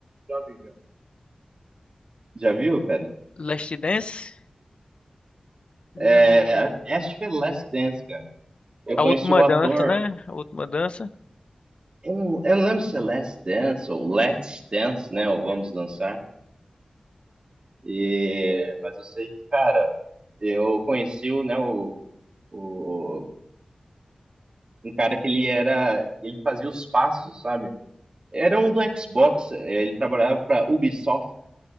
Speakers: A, on the right; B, on the left.
A: Já vi, já. Já viu, cara?
B: Last Dance Hum,
A: É, acho que é Let's Dance, cara. Eu
B: a
A: conheci
B: última
A: o ator,
B: dança, né? A última dança.
A: eu não, eu não lembro se é Last Dance ou Let's Dance, né? Ou Vamos Dançar. E, mas eu sei que, cara, eu conheci o, né, o, o, um cara que ele era, ele fazia os passos, sabe? Era um do Xbox, eh, ele trabalhava para Ubisoft